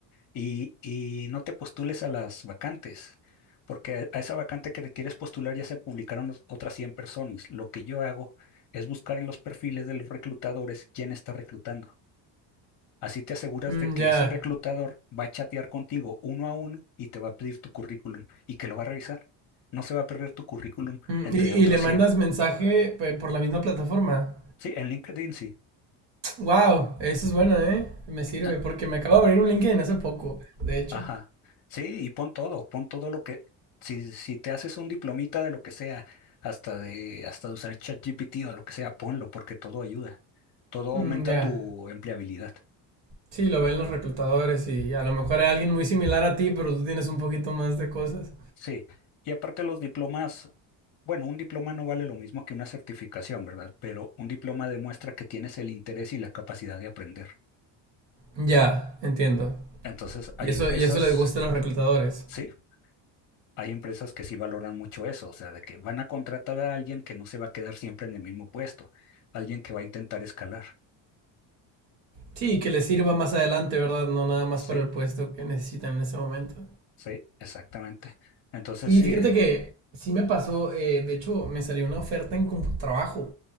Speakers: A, on the left; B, on the right.
A: y, y no te postules a las vacantes, porque a esa vacante que te quieres postular ya se publicaron los- otras 100 personas. Lo que yo hago es buscar en los perfiles de los reclutadores quién está reclutando. Así te aseguras
B: mm,
A: de que
B: ya.
A: ese reclutador va a chatear contigo uno a uno y te va a pedir tu currículum y que lo va a revisar. No se va a perder tu currículum
B: Mm,
A: entre
B: y, y
A: otros
B: le mandas
A: 100.
B: mensaje pues, por la misma plataforma.
A: Sí, en LinkedIn sí.
B: Wow, eso es bueno, ¿eh? Me sirve
A: Ah,
B: porque me acabo de abrir un LinkedIn hace poco, de hecho.
A: Ajá. Sí, y pon todo, pon todo lo que, si, si te haces un diplomita de lo que sea, hasta de, hasta de usar ChatGPT o lo que sea, ponlo, porque todo ayuda. Todo
B: Mm,
A: aumenta
B: ya.
A: tu empleabilidad.
B: Sí, lo ven los reclutadores y a lo mejor hay alguien muy similar a ti, pero tú tienes un poquito más de cosas.
A: Sí. Y aparte los diplomas, bueno, un diploma no vale lo mismo que una certificación, ¿verdad? Pero un diploma demuestra que tienes el interés y la capacidad de aprender.
B: Ya, entiendo.
A: Entonces, hay
B: Y eso,
A: empresas,
B: y eso les gusta a los reclutadores.
A: sí, hay empresas que sí valoran mucho eso, o sea, de que van a contratar a alguien que no se va a quedar siempre en el mismo puesto, alguien que va a intentar escalar.
B: Sí, que les sirva más adelante, ¿verdad? No nada más
A: Sí,
B: para el puesto que necesitan en ese momento.
A: sí, exactamente. Entonces
B: Sí,
A: sí,
B: fíjate que sí me pasó, eh, de hecho me salió una oferta en CompuTrabajo